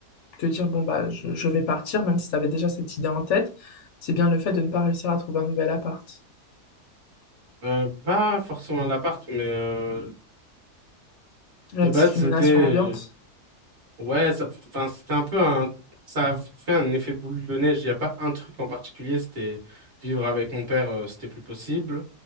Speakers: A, on the left (about 70°); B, on the right (about 45°).
A: te dire, bon, bah, je, je vais partir, même si tu avais déjà cette idée en tête, c'est bien le fait de ne pas réussir à trouver un nouvel appart.
B: Euh, pas forcément l'appart, mais euh,
A: La
B: de base,
A: discrimination
B: c'était... euh,
A: ambiante.
B: Ouais, ça, enfin, c'était un peu un... Ça a fait un effet boule de neige. Il n'y a pas un truc en particulier. C'était vivre avec mon père, euh, c'était plus possible.